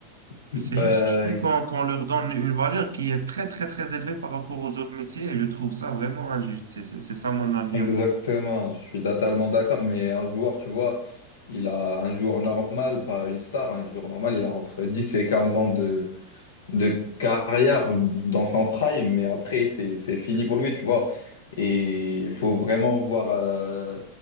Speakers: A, on the left (about 60°); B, on the right (about 70°).
A: Bah,
B: C'est juste, je dis qu'on qu'on leur donne une valeur qui est très, très, très élevée par rapport aux autres métiers et je trouve ça vraiment injuste. C'est c'est- c'est ça mon avis
A: exactement,
B: à moi.
A: je suis totalement d'accord, mais un joueur, tu vois, il a un joueur normal, pas une star, un joueur normal, il a entre 10 et 15 ans de carrière dans son prime, mais après, c'est, c'est fini pour lui, tu vois. Et il faut vraiment voir. euh,